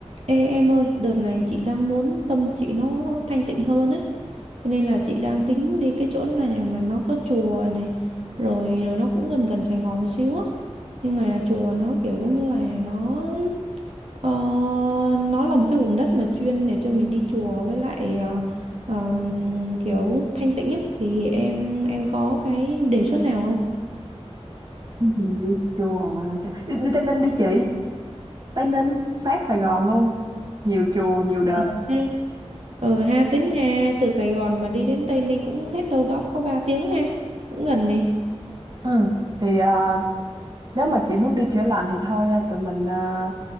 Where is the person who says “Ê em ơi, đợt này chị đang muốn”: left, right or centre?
Right